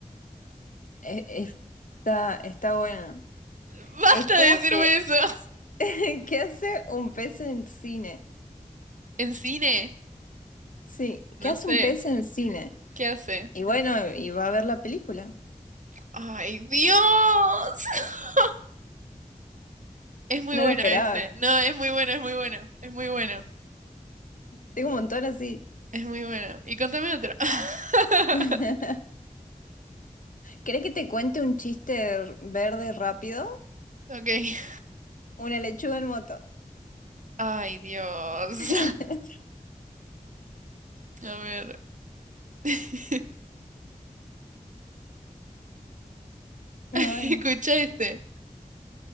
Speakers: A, on the left; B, on the right.
A: E- Está, está bueno.
B: <laughs> Basta
A: Es que
B: de
A: hace,
B: decirme eso. <laughs>
A: <laughs> ¿qué hace un pez en el cine?
B: ¿En cine?
A: Sí, ¿qué
B: No
A: hace
B: sé.
A: un pez en el cine?
B: ¿Qué hace?
A: Y bueno, y va a ver la película.
B: ¡Ay, Dios! <laughs> Es muy
A: No
B: bueno
A: lo esperaba.
B: ese. No, es muy bueno, es muy bueno, es muy bueno.
A: Tengo un montón así.
B: Es muy bueno. Y contame otra. <laughs>
A: <laughs> ¿Querés que te cuente un chiste r- verde rápido?
B: Ok.
A: Una lechuga en moto.
B: Ay, Dios.
A: <laughs>
B: <laughs> A ver. <laughs>
A: Ay.
B: Escucha este.